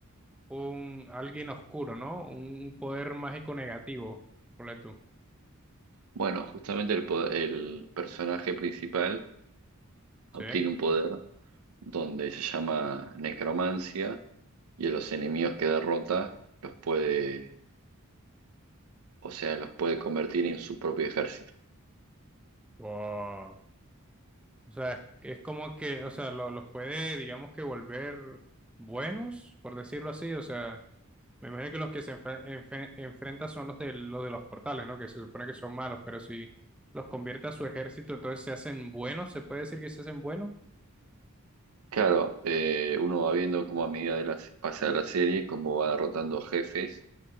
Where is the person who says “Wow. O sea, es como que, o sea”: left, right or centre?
Centre